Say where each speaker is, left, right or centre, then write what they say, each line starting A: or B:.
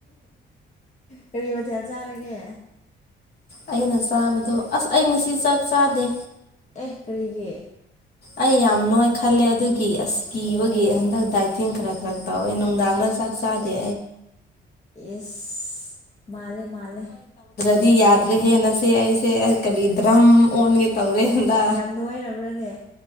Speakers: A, on the left; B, on the left.
A: ꯀꯔꯤ ꯃꯊꯦꯜ ꯆꯥꯔꯒꯦ
B: ꯑꯩꯅ ꯆꯥꯕꯗꯣ ꯑꯁ ꯑꯩ ꯉꯁꯤ ꯆꯥꯛ ꯆꯥꯗꯦ
A: ꯑꯦ ꯀꯔꯤꯒꯤ
B: ꯑꯩ ꯌꯥꯝꯅꯣꯏ ꯈꯜꯂꯦ ꯑꯗꯨꯒꯤ ꯑꯁ ꯀꯤꯕꯒꯤ
A: ꯑꯣ
B: ꯍꯟꯗꯛ ꯗꯥꯏꯇꯤꯡ ꯈꯔ ꯈꯔ ꯇꯧꯋꯦ ꯅꯨꯡꯗꯥꯡꯗ ꯆ ꯆꯥꯗꯦ
A: ꯏꯁ ꯃꯥꯂꯦ ꯃꯥꯂꯦ
B: ꯗꯤ ꯌꯥꯗ꯭ꯔꯦ ꯍꯦꯟꯅꯁꯦ ꯑꯩꯁꯦ ꯀꯔꯤ ꯗ꯭ꯔꯝ
A: ꯏꯁ
B: ꯑꯣꯟꯒꯦ ꯇꯧꯔꯦ ꯍꯟꯗ
A: ꯌꯥꯝ ꯅꯣꯏꯔꯕ꯭ꯔꯅꯦ